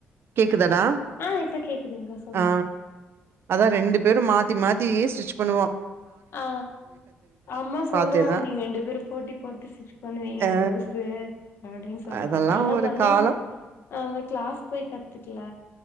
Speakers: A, on the right; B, on the left.
A: குதடா
B: ஆ இப்ப கேக்குதுங்க்கா சொல்லுங்க
A: ஆ அதா ரெண்டு பேரு மாத்தி மாத் தே ஸ்டிச் பண்ணுவோ
B: ஆ அம்மா சொல்லுவாங்க
A: பாத்தே தான்.
B: நீங்க ரெண்டு பேரு போட்டி போட்டு ஸ்டிச் பண்ணுவீங்க
A: ஆ
B: ப்ளவ்சு அப்டின் சொல்லுவாங்க
A: அதெல்லாம்
B: ஆனா
A: ஒரு
B: சம்தேம்ஸ்
A: காலம்.
B: அந்த க்ளஸ் போய் கத் கத்துக்கல